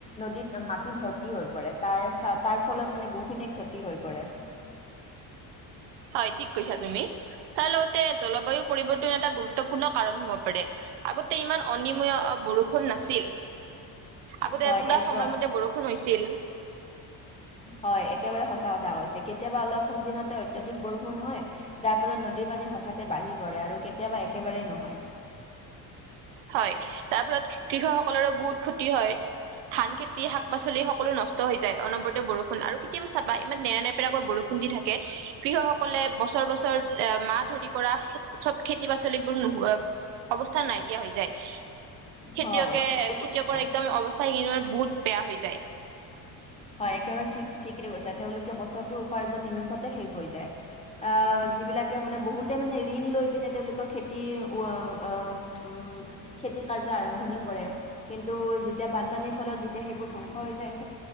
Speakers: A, on the left (about 15°); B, on the right (about 85°).
A: নদীত মাটি ভৰ্তি হৈ পৰে তাৰ-তাৰ ফলত মানে বহুখিনি ক্ষতি হৈ পৰে।
B: হয় ঠিক কৈছা তুমি তাৰ লগতে জলবায়ু পৰিৱৰ্তন এটা গুৰুত্বপূৰ্ণ কাৰণ হব পাৰে আগতে ইমান অনিময় বৰষুণ নাছিল আগতে
A: হয়
B: পুৰা
A: একদম
B: সময়মতে বৰষুণ হৈছিল
A: হয় একেবাৰে সঁচা কথা কৈছে কেতিয়াবা অলপ কম দিনতে অত্যধিক বৰষুণ হয় যাৰ ফলত নদীৰ পানী হঠাতে বাঢ়ি পৰে আৰু কেতিয়াবা একেবাৰেই নহয়
B: হয় তাৰ ফলত কৃষকসকলৰো বহুত ক্ষতি হয় ধান খেতি শাক পাচলি সকলো নষ্ ষ্ট হৈ যায় অনবৰতে বৰষুণ আৰু কেতিয়াবা চাবা ইমান নেৰা নেপেৰাকৈ বৰষুণ দি থাকে। কৃষকসকলে বছৰ বছৰ এ মাহ ধৰি কৰা সে চব খেতি পাচলিবোৰ নোহোৱা অৱস্থা নাইকিয়া হৈ যায় খেতিয়কে
A: হয় ঠিকেই কৈছা।
B: খেতিয়কৰ একদম অৱস্থা সেইত বহুত বেয়া হৈ যায়
A: হয় একেবাৰে ঠিক ঠিকেই কৈছা তেওঁলোকে বছৰটোৰ উপাৰ্জন নিমিখতে শেষ হৈ যায় আহ যিবিলাকে মানে বহুতে মানে ঋণ লৈ পিনে তেওঁলোকৰ খেতি উৱা আহ উম খেতি কাৰ্য আৰম্ভণি কৰে কিন্তু যেতিয়া বানপানীৰ ফলত যেতিয়া সেইবোৰ ধ্বংস হৈ যায়